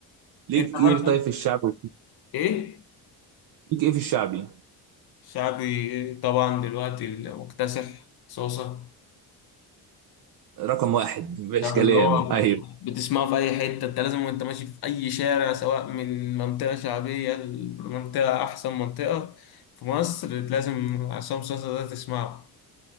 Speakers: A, on the right; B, on the left.
A: ليك
B: انت
A: ايه
B: برضو
A: طيب في الشعبي
B: ايه
A: ليك ايه في الشعبي
B: شعبي طبعا دلوقتي المكتسح صوصه
A: رقم واحد مفيش
B: يعني
A: كلام
B: اللي هو
A: ايوه
B: بتسمعه في أي حتة أنت لازم وأنت ماشي في أي شارع سواء من منطقة شعبية لمنطقة أحسن منطقة في مصر لازم عصام صاصا ده تسمعه